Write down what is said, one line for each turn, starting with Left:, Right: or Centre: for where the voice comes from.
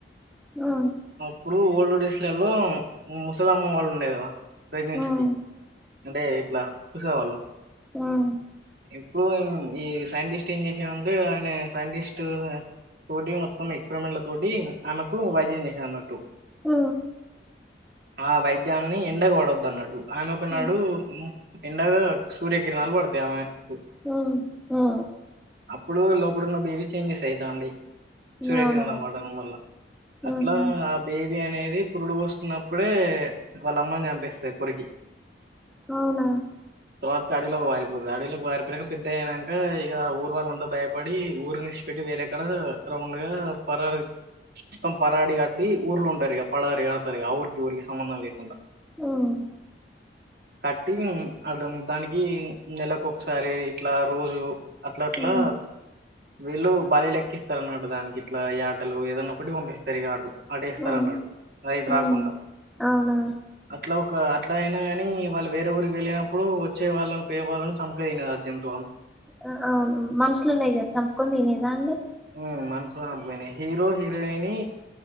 Centre: ఆ
Right: ఇప్పుడు ఓల్డ్ డేస్ లల్లో ముసల అమ్మ వాళ్ళు ఉండే కదా ప్రెగ్నెన్సీ
Centre: ఉమ్
Right: కి అంటే ఇట్లా చూసేవాళ్ళు
Centre: ఉమ్
Right: ఇప్పుడు ఈ సైంటిస్ట్ ఏం చేషన్ ఉంటే ఆయన సైంటిస్ట్ తోటి మొత్తం ఎక్స్పరిమెంట్ల తోటి ఆమెకు వై ద్యం చేసంది అన్నట్టు
Centre: ఆ
Right: ఆ వైద్యాన్ని ఎండగ పడొదు అన్నట్టు ఆమె ఒకనాడు
Centre: ఉమ్
Right: ఎండగా సూర్యకిరణాలు పడుత <inaudible>
Centre: ఆ ఆ
Right: అప్పుడు, లోపడున్న బేబీ చేంజెస్ అయితా ఉంటాయి. సూర్యకిరహణం
Centre: అవునా
Right: వాడనం వల్ల,
Centre: ఉహు
Right: అట్లా ఆ బే. బేబీ అనేది పురుడు పోసుకున్నప్పుడే, వాళ్ల అమ్మని చంపేస్తది కొరికి.
Centre: అవునా!
Right: తర్వాత అడవిలోకి వారిపోతది. అడవిలోకి వారిపోయినంక, పెద్ద అయినంక, ఇగ ఆ ఊరి వాళ్లంతా భయపడి ఊర్ని ఇడ్చి పెట్టి వేరే. అక్కడ, రౌండ్ గా పరార్ <unintelligible> మొత్తం పరాడి కట్టి, ఊర్లో ఉంటారు ఇగ. పడారి కడతారు ఇగ. ఆఊరికి, ఊరికి సంబంధం లేకుండా.
Centre: హ్మ్మ్.
Right: కట్టింగ్ అ, డాన్. దానికి నెలలకు, ఒకసారి ఇట్లా రోజు. అట్ల, అట్లా.
Centre: ఉమ్
Right: వీళ్లు భార్యఎల్ ఎక్కిస్. ఇస్తారన్నమాట దానికి. ఇట్లా యాటాలు ఏదన్న ఒకటి, పంపిస్తారు ఇగ ఆటు. అటేస్తారు
Centre: ఉమ్
Right: అన్నట్టు. అది ఇటు,
Centre: ఉమ్
Right: రా రాకుండా
Centre: అవునా
Right: అట్లా ఒక. ఒక అట్లా అయినా కానీ, వాళ్లు వేరే ఊరికి వెళ్లినప్పుడు, వచ్చే వాళ్లను, పేయి వాళ్లను చంపుకొన తినేదఆట. అద్యంత.
Centre: ఆ అవును. మనుషులునే కదా? చంపుకొన్ తినేద అండి.
Right: హ్మ్మ్, మనుషుల అ పోయినాయి. హీరో, హీరోయిని.